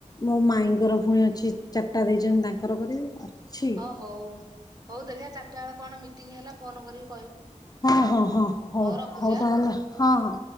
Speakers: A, on the left; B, on the right.
A: ମୋ ମାଇଁ ଙ୍କର ପୁଣି ଅଛି ଚାରିଟା ଦେଇଛନ୍ତି ତାଙ୍କର କରିବି। ଅଛି
B: ହଁ ହଉ ହଉ ଦେଖିବା ଚାରିଟା ବେଳେ କଣ ମିଟିଂ ହେଲା ଫୋନ କର ବି।
A: ହଁ ହଁ ହଁ ହଉ
B: ରଖୁଛି
A: ହଉ
B: ଆଁ।
A: ତାହେଲେ ହଁ ହଁ।